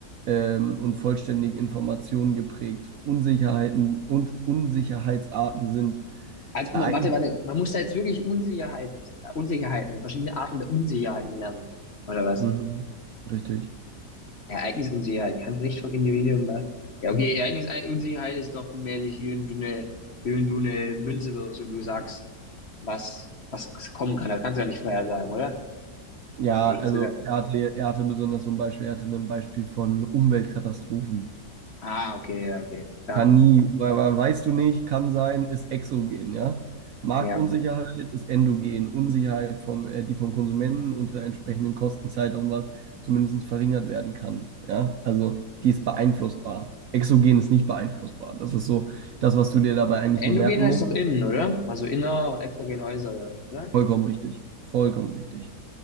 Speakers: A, on the right (about 65°); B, on the left (about 45°).
A: ähm, und vollständige Informationen geprägt. Unsicherheiten und Unsicherheitsarten sind
B: Also,
A: Ereignisse.
B: oh, warte, warte, man muss da jetzt wirklich Unsicherheit, äh, Unsicherheiten, verschiedene Arten der Unsicherheiten lernen, oder was?
A: Mhm. Richtig.
B: Ereignisunsicherheit kann nicht vom Individuum da. Ja, okay, Ereignisunsicherheit ist doch mäßig, wie wenn du eine, wie wenn du eine Münze wirfst und du sagst, was, was kommen kann. Das kannst du ja nicht vorhersagen, oder?
A: Ja,
B: Hätte
A: also
B: ich jetzt gesagt.
A: er hatte, er hatte besonders so ein Beispiel, er hatte ein Beispiel von Umweltkatastrophen.
B: Ah, okay, ja, okay, klar,
A: Kann nie, weil, weil weißt du nicht, kann sein, ist exogen, ja. Marktunsicherheit
B: ja.
A: ist endogen. Unsicherheit vom, äh, die vom Konsumenten unter entsprechenden Kosten, Zeitaufwand zumindest verringert werden kann, ja. Also die ist beeinflussbar. Exogen ist nicht beeinflussbar. Das ist so das, was du dir dabei eigentlich
B: Endogen
A: nur merken
B: heißt
A: musst.
B: doch innen, oder? Also inner und exogen äußere, oder?
A: Vollkommen richtig. Vollkommen richtig.